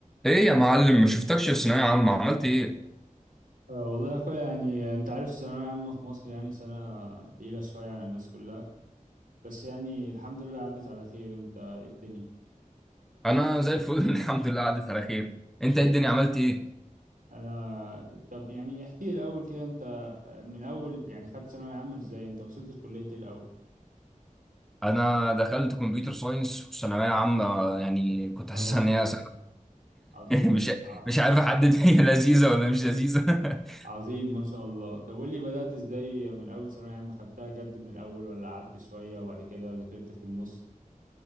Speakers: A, in the centre; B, on the right (about 80°).
A: ايه يا معلم ما شفتكش في ثانوية عامة عملت ايه؟
B: أه والله يا اخويا يعني انت عارف الثانوية عامة في مصر يعني سنة تقيلة شوية على الناس كلها بس يعني الحمد لله عدت على خير انت إيه الدنيا
A: انا زي الفل <laughs> الحمد لله عدت على خير انت إيه الدنيا عملت ايه
B: انا طب يعني احكي لي الاول كده انت من اول يعني خدت ثانوية عامة ازاي انت وصلت لكلية إيه الاول
A: انا دخلت كمبيوتر ساينس وثانويه عامه
B: طب
A: يعني كنت حاسسها
B: طب عظيم
A: ان هي <laughs> سنة-
B: عظيم
A: مش
B: ع-
A: مش عارف احدد <laughs> هي لذيذه ولا مش لذيذه <laughs>
B: عظيم ما شاء الله طب قول لي بدأت ازاي من اول ثانوية عامة خدتها جد من الاول ولا قعدت شوية وبعد كده ذاكرت في النص